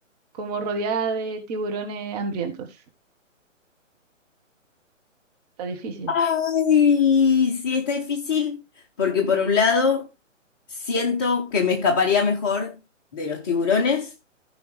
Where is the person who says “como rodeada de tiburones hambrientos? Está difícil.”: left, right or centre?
Right